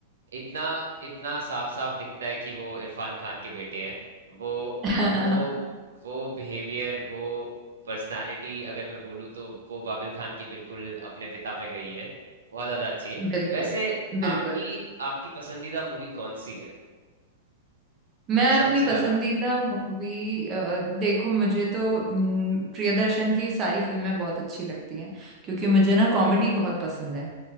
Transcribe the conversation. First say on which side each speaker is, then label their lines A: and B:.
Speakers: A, on the right (about 80°); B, on the right (about 30°).
A: इतना इतना साफ साफ दिखता है कि वो इरफान खान के बेटे हैं वो
B: <laughs>
A: वो वो बिहेवियर वो पर्सनालिटी अगर मैं बोलूँ तो वो बाबिल खान की बिल्कुल अपने पिता पे गई है बहुत ज्यादा अच्छी है
B: बिल्कुल
A: वैसे
B: बिल्कुल
A: आपकी आपकी पसंदीदा मूवी कौन सी है
B: मैं अपनी
A: सबसे
B: पसंदीदा
A: ज्यादा
B: मूवी देखो मुझे तो हम्म, प्रियदर्शन की सारी फिल्में बहुत अच्छी लगती हैं क्योंकि मुझे ना कॉमेडी बहुत पसंद है